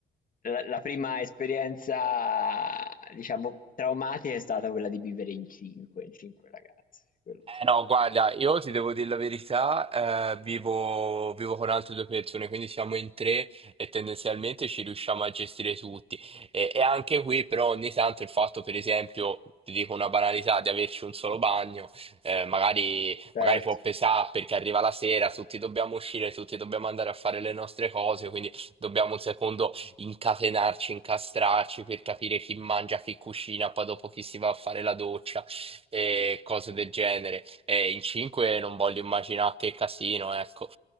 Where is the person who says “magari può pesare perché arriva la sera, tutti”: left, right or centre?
Right